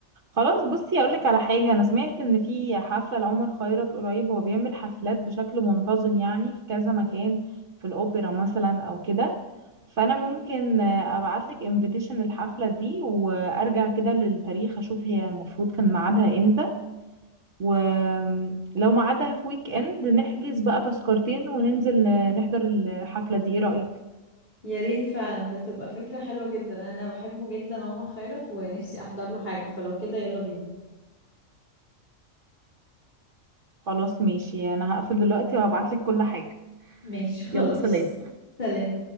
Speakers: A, on the right (about 60°); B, on the left (about 35°).
A: خلاص بصي اقول لك على حاجه انا سمعت ان في حفله لعمر خيرت قريب هو بيعمل حفلات بشكل منتظم يعني في كذا مكان في الاوبرا مثلا او كده فانا ممكن ابعت لك انفيتيشن للحفله دي وارجع كده للتاريخ اشوف هي المفروض كان ميعادها امتى ولو ميعادها في ويك اند نحجز بقى تذكرتين وننزل نحضر الحفله دي ايه رايك
B: يا ريت فعلا ده تبقى فكرة حلوة جدا انا بحبه جدا عمر خيرت ونفسي احضر له حاجة فلو كده يلا بينا
A: خلاص ماشي انا هقفل دلوقتي وهبعت لك كل حاجه
B: ماشي خلاص
A: يلا سلام
B: سلام